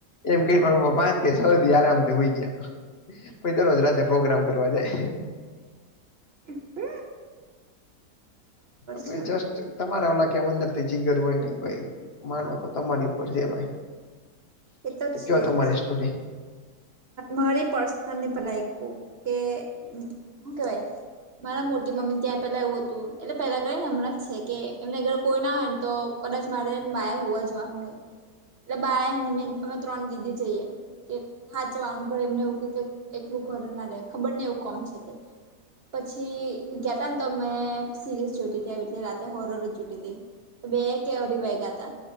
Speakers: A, on the left; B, on the right.
A: એમ ક પપા પાંચ કે સધી આરામથી હુંય જાય. પછ દરરોજ રાતે પ્રોગ્રામ કરવા જાય.
B: હ
A: અલી
B: છે.
A: જસ્ટ તમારા કેમ અંદર જીગ્ગર હોય નને ભાઈ માનો તો તમારી ઉપર છે ભાઈ.
B: એ
A: તો
B: છે
A: કેયો તમારી
B: જ
A: સ્ટોરી.
B: મારી પર્સનલની ભલા એક કે શું કેવાય મારા મોટી મમ્મી ત્યાં પેલા એવું હતું એટલે પહેલા ક હમણાં જ છે કે એમને અર કોઈ ના હોય તો કદાચ મારે માયા હોવા જવાનું હોય. એટલે બાાય અમે ત્રણ દીદી જઈએ કે હાચવાનું ઘર એમને એવું કે એટલું ઘર ના રહેે ખબર ને એવું કોમ છે તે પછી ગયાતા ને તો મેં સિરીઝ જોટી હતી આવી રીતે રાતે હોરર જ જોટી હતી. તો બે કેવરી વાઈકા હતા